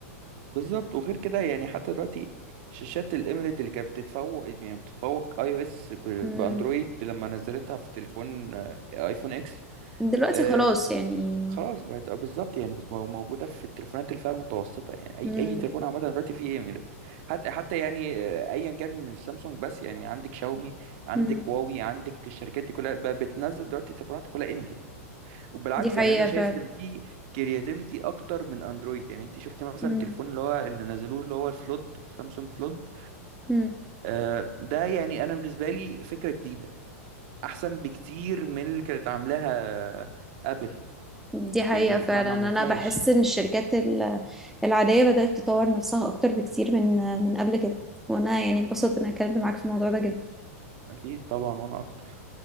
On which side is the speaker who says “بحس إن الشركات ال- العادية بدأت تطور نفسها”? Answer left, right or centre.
Centre